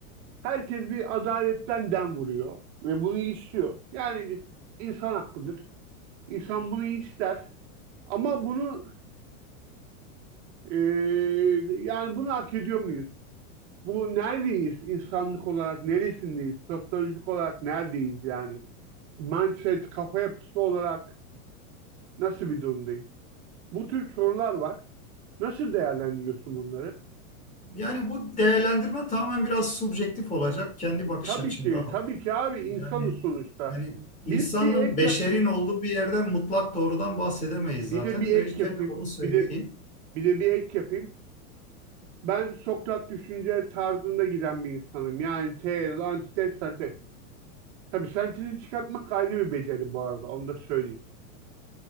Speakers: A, on the right; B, on the left.
A: Herkes bir adaletten dem vuruyor ve bunu istiyor. Yani insan hakkıdır. İnsan bunu ister. Ama bunu e, yani bunu hak ediyor muyuz? Bu neredeyiz? İnsanlık olarak neresindeyiz? Sosyolojik olarak neredeyiz yani? Mindset, kafa yapısı olarak nasıl bir durumdayız? Bu tür sorular var. Nasıl değerlendiriyorsun bunları?
B: Yani bu değerlendirme tamamen biraz subjektif olacak. Kendi bakış
A: Tabii
B: açımdan.
A: ki,
B: olacak.
A: tabii ki abi insanız
B: Yani
A: sonuçta.
B: yani insanın,
A: Bir de bir ek
B: beşerin
A: yapayım.
B: olduğu bir yerden mutlak doğrudan bahsedemeyiz zaten.
A: Bir de bir
B: Öncelikle
A: ek yapayım.
B: onu söyleyeyim.
A: Bir de bir de bir ek yapayım. Ben Sokrat düşünce tarzında giden bir insanım. Yani tez, antitez, sentez. Tabii sentezi çıkartmak ayrı bir beceri bu arada. Onu da söyleyeyim.